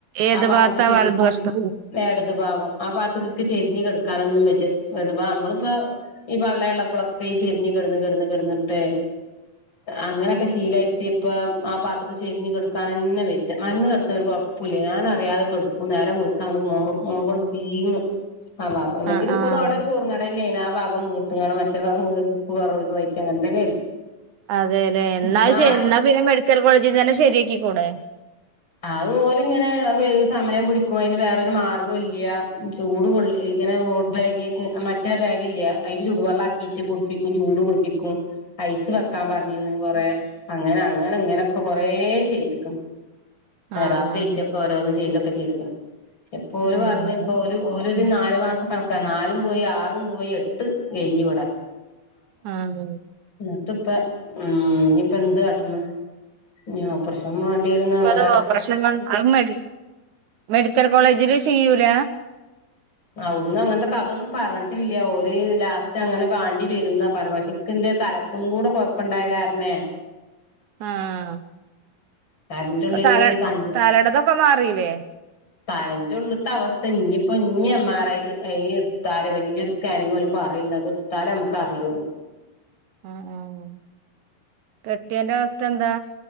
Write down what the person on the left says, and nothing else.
ആ പാത്ത്ക്ക്
ചെർ
എട്ത് ഭാഗം. ആ ഭാഗത്ത്‌ക്ക് ചെരിഞ്ഞ് കെടുക്കാനൊന്നും വെജ് അഥവാ നമ്മളിപ്പോ ഈ പള്ള ഉള്ളപ്പോളൊക്കെ ഈ ചെരിഞ്ഞി കെട്ന്ന് കെട്ന്ന് കെട്ന്നിട്ടെ അങ്ങനെക്കെ ശീലായിറ്റ് ഇപ്പം ആ പാ ത്ത് ചെർഞ്ഞ് കെട്ക്കാനെന്നെ വെജ മലർന്ന് കെട്ത്തം ഒരു കൊഴ്പ്പുല്ലേനി, ഞാനറിയാതെകെട്ക്കും നേരം വെള്ത്തങ്ങട്ട് മാറും. <unintelligible> കൊണ്ട് പീങ് ആ ഭാഗം അല്ലെങ്കിൽ
ഇപ്പോളും
അവിടെ ഒരു കുറങ്ങേട് തന്നെയാണ്. ഭാഗം വീർത്ത്ങ്കാണ്ട് മറ്റേ ഭാഗം വീർപ്പ് കൊർവ് <unintelligible> അങ്ങൻ തന്നെയാണ്.
എന്നാലും
അതു ഓല് ഇങ്ങനെ വെ സമയം പിടിക്കും അതിന് വേറൊരു മാർഗോ ഇല്ല്യാ. ചൂട് കൊള്ളി ങ്ങനെ ഹോട്ട് ബാഗ് ഹ് മറ്റേ ബാഗില്ലെ അയ്ല് ചൂടുവെള്ള ആക്കീട്ട് പുട്പ്പിക്കും ചൂ ഉരുളിപ്പിക്കും ഐസ് വെക്കാൻ പറഞ്ഞിന്ന കൊറ അങ്ങനെ അങ്ങനെ ഇങ്ങനെയൊക്കെ കൊറ ചെയ്ത്ക്ക്ണ് തെറാപ്പി
ആയിറ്റൊക്കെ ഓരോന്നും ചെയ്തൊക്കെ ചെയ്ത്ക്ക്ണ് ഇപ്പൊൾ
പറഞ്ഞ് പ്പോ ഓലരു നാല് മാസം കണക്കാ നാലും പോയി ആറും പോയി എട്ട് കഴിഞ്ഞു <unintelligible>
ന്ന്ട്ട്പ്പ ഉം ഞ്ഞിപ്പ എന്ത് കാട്ട്ണ് ഞ്ഞി ഓപ്പർഷം മാണ്ടിരും ന്നാ <inaudible>
അവിടന്ന് അങ്ങനത്തെ കഥൊന്നും പറഞ്ഞ ട്ടില്ല ഒരു ലാസ്റ്റ് അങ്ങനെ വാണ്ടി വരുന്നാ പറ പക്ഷെക്കിന്റെ തലക്കും കൂടെ കുഴപ്പുണ്ടായ കാരണേ <inaudible>
തലന്റെ
ഉള്ളില്
സഞ്ച
തലന്റെ ഉള്ളത്തെ അവസ്ഥ ഇനിയിപ്പോ ഇനി എംമാറായി <unintelligible> സ്കാനിങ് പോല പറയണ്ടത്ത്താലേ നമുക്ക്റിയുള്ളൂ